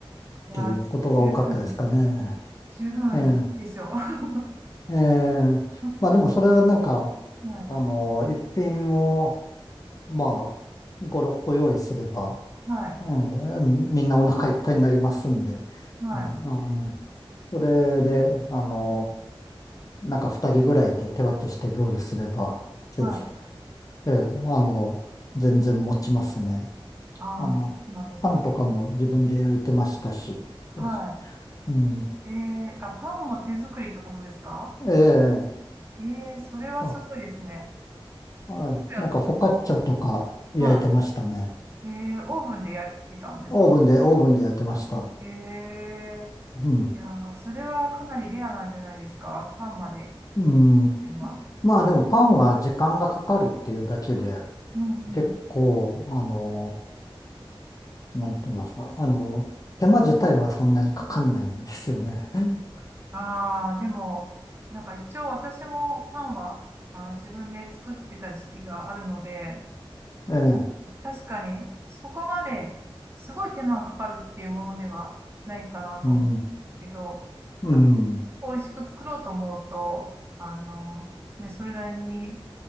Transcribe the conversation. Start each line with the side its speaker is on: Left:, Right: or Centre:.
Right: いや、
Left: ていうことが多かったですかね。
Right: 十分、十分ですよ。
Left: え
Right: <laughs>
Left: え、ええ。
Right: は
Left: まあでもそれはなんか、
Right: い。
Left: あの、一品を、まあ、5、6個用意すれば、
Right: はい。
Left: うん、みんなお腹いっぱいになりますんで、
Right: はい。
Left: ね、あのそれで、あの、なんか二人ぐらいで手分けして料理すれば、全然、
Right: はい。
Left: ええ、あの、全然持ちますね。
Right: ああ、
Left: あの、
Right: そうなんですね。
Left: パンとかも自分で焼いてましたし。そうです
Right: は
Left: うん。
Right: い。ええあ、パンも手作りってことですか
Left: ええ、
Right: えーそれはすごいですね。
Left: あ、はい。
Right: や
Left: なんかフォカッチャとか焼いてましたね。
Right: はい。えーオーブンで焼いてたんですか
Left: オーブンで、オーブンで焼いてました。
Right: ええ
Left: うん。
Right: いやー、それはかなりレアなんじゃないですかパンまで。
Left: うん。
Right: あのは
Left: まあでもパンは時間がかかるっていうだけで、
Right: うんうん。
Left: 結構、あの、なんて言いますか、あの、手間自体はそんなにかかんないんですよね。<laughs>
Right: ああ、でも、なんか一応私もパンは、あの、自分で作ってた時期があるので、
Left: ええ、
Right: 確かにそこまですごい手間がかかるっていうものではないかなと思うんですけど、
Left: うん、うん。
Right: やっぱ美味しく作ろうと思うと、あの、ね、それなりに、